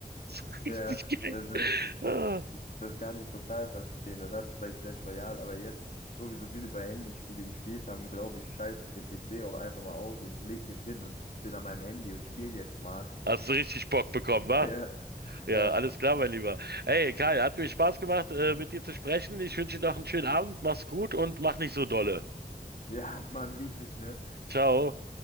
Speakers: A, on the right (about 85°); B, on the left (about 55°).
A: Das ist
B: Ja,
A: richtig geil.
B: das, ist-
A: Ah,
B: das, das das kann ich total verstehen. Das hatte ich bei Clash Royale, aber jetzt, wo wir so viel über Handyspiele gespielt haben, glaube ich, schalte ich den PC auch einfach mal aus und leg mich hin und bin an meinem Handy und spiele jetzt mal. <laughs>
A: Hast du richtig Bock bekommen, wa?
B: Ja,
A: Ja,
B: ja,
A: alles klar, mein Lieber. Hey, Kai, hat mir Spaß gemacht, äh, mit dir zu sprechen. Ich wünsche dir noch einen schönen Abend. Mach's gut und mach nicht so dolle.
B: ja, man sieht sich, ne?
A: Ciao.